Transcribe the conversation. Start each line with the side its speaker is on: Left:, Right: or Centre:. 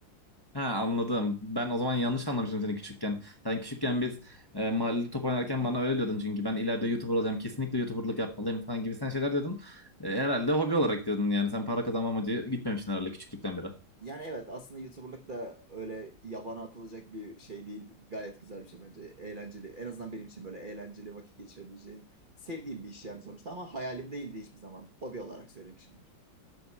Left: Ha anladım. Ben o zaman yanlış anlamıştım seni küçükken. Sen küçükken biz e, mahallede top oynarken bana öyle diyordun çünkü ben ileride YouTuber olacağım. Kesinlikle YouTuber'lık yapmalıyım falan gibi sen şeyler diyordun. E, herhalde hobi olarak diyordun yani. Sen para kazanma amacı gitmemişsin herhalde küçüklükten beri.
Right: Yani evet aslında YouTuber'lık da öyle yabana atılacak bir şey değil. Gayet güzel bir şey bence. Eğlenceli. En azından benim için böyle eğlenceli vakit geçirebileceğim. Sevdiğim bir iş yani sonuçta ama hayalim değildi hiçbir zaman. Hobi olarak söylemişimdir.